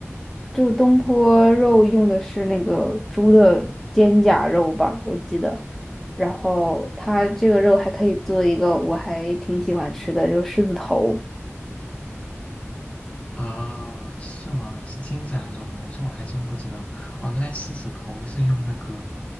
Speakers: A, in the centre; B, on the left.
A: 就是东坡肉用的是那个猪的肩胛肉吧，我记得。然后它这个肉还可以做一个我还挺喜欢吃的，就是狮子头。
B: 啊，是吗？是肩胛肉吗？这我还真不知道。哦，原来狮子头是用那个，